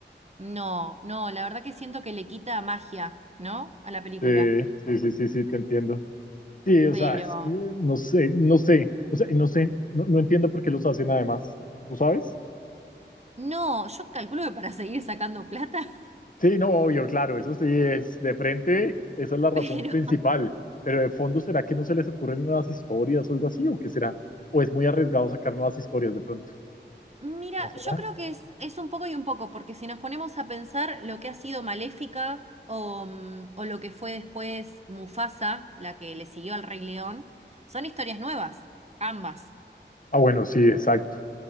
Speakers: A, on the right; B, on the left.
A: No, no, la verdad que siento que le quita magia, ¿no? A la película.
B: Sí, sí, sí, sí, sí, te entiendo. Sí, o
A: Pero
B: sea, es que no sé, no sé, o sea, no sé, no, no entiendo por qué los hacen además, ¿tú sabes?
A: no, yo calculo que para seguir sacando plata,
B: Sí, no, obvio, claro, eso sí es de frente, esa es la razón
A: <laughs>
B: principal,
A: pero
B: pero de fondo, ¿será que no se les ocurren nuevas historias o algo así, o qué será? ¿O es muy arriesgado sacar nuevas historias de pronto?
A: Mira,
B: ¿No será?
A: yo creo que es, es un poco y un poco, porque si nos ponemos a pensar lo que ha sido Maléfica o, mm, o lo que fue después Mufasa, la que le siguió al Rey León, son historias nuevas, ambas.
B: Ah, bueno, sí, exacto.